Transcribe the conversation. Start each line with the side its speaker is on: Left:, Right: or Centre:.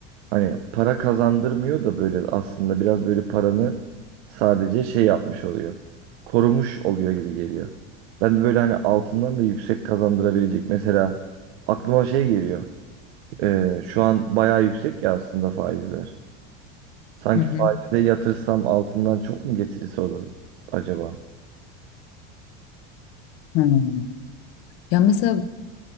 Right: Hani para kazandırmıyor da böyle aslında biraz böyle paranı sadece şey yapmış oluyor. Korumuş oluyor gibi geliyor. Ben de böyle hani altından da yüksek kazandırabilecek mesela aklıma şey geliyor. Ee, şu an bayağı yüksek ya aslında faizler. Sanki
Left: Hı hı.
Right: faize yatırsam altından çok mu getirisi olur acaba?
Left: Hmm. Ya mesela